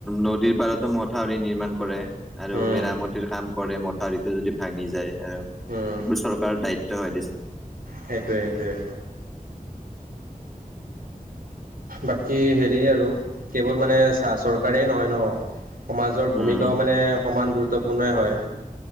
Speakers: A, in the centre; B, on the right.
A: নদীৰ পাৰাতো মথাউৰি নিৰ্মাণ কৰে। আৰু
B: উম
A: মেৰামতিৰ কাম কৰে। মথাউৰিটো যদি ভাঙি যায় আৰু
B: উম
A: এইবোৰ চৰকাৰৰ দায়িত্ব হয় দেচোন।
B: সেইটোৱে সেইটোৱে। বাকী হেৰি আৰু কেৱল মানে চা চৰকাৰেই নহয় ন সমাজৰ ভূমিকাও
A: উম
B: মানে সমান গুৰুত্বপূৰ্ণই হয়।